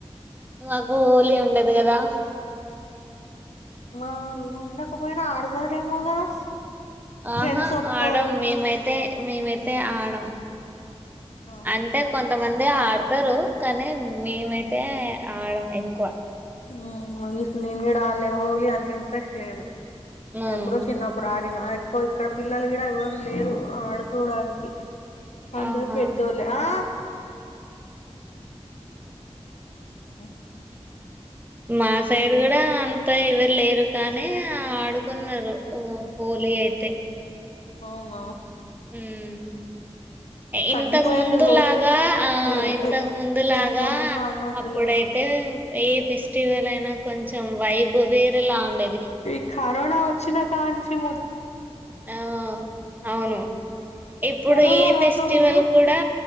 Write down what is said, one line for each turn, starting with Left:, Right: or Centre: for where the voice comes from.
Right: మాకు హోలీ ఉండదు కదా
Left: మా ఉండకపోయినా ఆడదారేమో కదా
Right: ఆహా
Left: ఫ్రెండ్స్ వస్తారు
Right: ఆడం మేమైతే మేమైతే ఆడం
Left: అవునా
Right: అంటే కొంతమం అదే ఆడతారు కానీ మేమైతే ఆడం ఎక్కువ
Left: ఉమ్ ఇస్ నేను కూడా ఆడలే హోలీ అంత ఇంట్రెస్ట్ లేదు
Right: ఉమ్
Left: ఎప్పుడో చిన్న అప్పుడు ఆడి అ ఎక్కువ ఇక్కడ పిల్లలు కూడా ఎవరు లేరు ఆడుకోవడానికి అందూరు
Right: ఆహా
Left: పెద్దోలే ఆ ఉమ్
Right: మా సైడ్ కూడా అం తొ ఎవరు లేరు కానీ ఆడుకున్నారు ఒ హోలీ అయితే
Left: అవునా
Right: ఉమ్ ఇంతకు
Left: తగ్గిపోయింది
Right: ముందులాగా
Left: హోలీ
Right: ఆ
Left: లేదు
Right: ఇంతకు ముందులాగా
Left: ఇంతకు ముందు ఆడినట్టు
Right: అప్పుడైతే
Left: లేదు
Right: ఏ ఫెస్టివల్ అయినా కొంచెం వైబ్ వేరేలా ఉండే
Left: ఇ కరోనా వచ్చినా కాంచి మొ
Right: ఆ అవును ఇప్పుడు
Left: కరోనా
Right: ఏ
Left: రాకముందు
Right: ఫెస్టివల్ కూడా